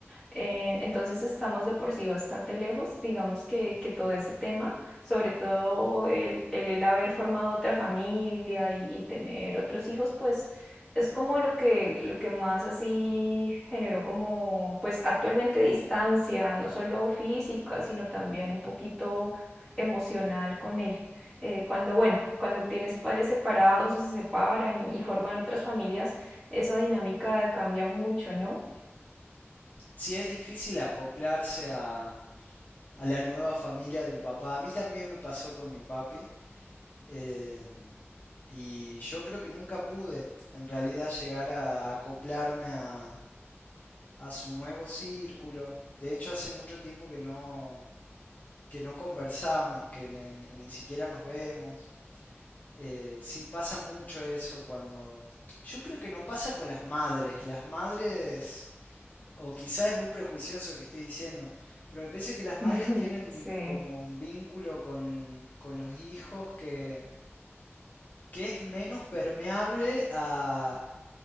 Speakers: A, in the centre; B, on the left.
A: Eh, entonces estamos de por sí bastante lejos, digamos que, que todo ese tema, sobre todo el, el, el haber formado otra familia y, y tener otros hijos, pues es como lo que, lo que más así generó como, pues actualmente distancia, no solo física, sino también un poquito emocional con él. Eh, cuando, bueno, cuando tienes padres separados o se separan y, y forman otras familias, esa dinámica cambia mucho, ¿no?
B: Sí es difícil acoplarse a, a la nueva familia de un papá. A mí también me pasó con mi papi. eh, y yo creo que nunca pude en realidad llegar a acoplarme a, a su nuevo círculo. De hecho, hace mucho tiempo que no, que no conversamos, que ni, ni siquiera nos vemos. Eh, sí pasa mucho eso cuando... Yo creo que no pasa con las madres. Las madres... O quizás es muy prejuicioso lo que estoy diciendo. Pero me parece que las madres
A: <laughs>
B: tienen
A: Sí.
B: como un vínculo con, con los hijos que, que es menos permeable a,